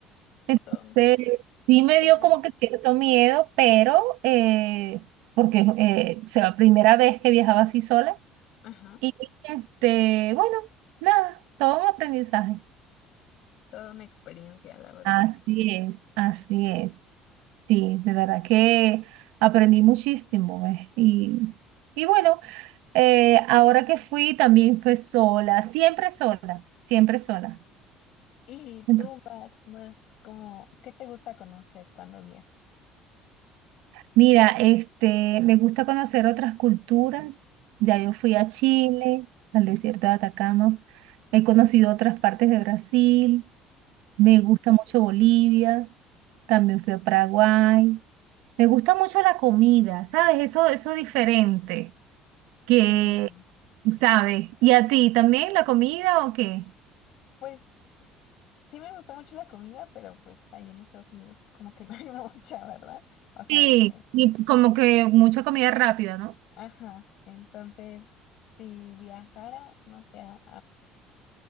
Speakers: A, on the right; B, on the left.
A: Entonces
B: todo,
A: sí me
B: toda,
A: dio como que cierto miedo, pero eh, porque eh, o sea, la primera vez que viajaba así sola
B: ajá,
A: y este, bueno, nada, todo un aprendizaje.
B: toda una experiencia, la verdad.
A: Así es, así es. Sí, de verdad que aprendí muchísimo. eh, Y, y bueno, eh, ahora que fui también fue sola, siempre sola, siempre sola.
B: ¿Y
A: Ento-
B: tú vas más como, qué te gusta conocer cuando viajas?
A: mira, este, me gusta conocer otras culturas. Ya yo fui a Chile, al desierto de Atacama. He conocido otras partes de Brasil. Me gusta mucho Bolivia. También fui a Paraguay. Me gusta mucho la comida, ¿sabes? Eso, eso diferente, que,
B: Sí,
A: ¿sabes? ¿Y a ti también la comida o qué?
B: pues sí me gusta mucho la comida, pero pues ahí en Estados Unidos como que no hay <laughs> mucha, ¿verdad? O sea,
A: Sí,
B: de que,
A: y como que mucha comida rápida, ¿no?
B: ajá, entonces, si viajara, no sé, a,